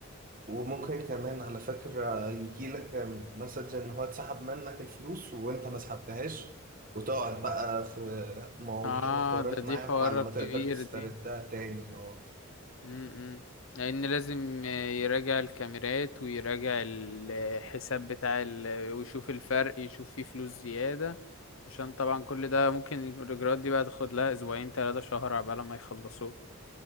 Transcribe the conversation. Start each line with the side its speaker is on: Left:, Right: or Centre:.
Right: وممكن كمان على فكرة يجيلك مسج ان هو اتسحب منك الفلوس وانت ما سحبتهاش وتقعد بقى في مواضيع
Left: اه
Right: وحوارات
Left: ده
Right: معاهم
Left: دي حوار
Right: على ما تقدر
Left: كبير
Right: تستردها
Left: دي
Right: تاني اه
Left: امم لان لازم يراجع الكاميرات ويراجع الحساب بتاع ال... ويشوف الفرق يشوف فيه فلوس زيادة عشان طبعا كل ده ممكن الاجراءات دي بقى تاخد لها اسبوعين ثلاثة شهر عبال ما يخلصوه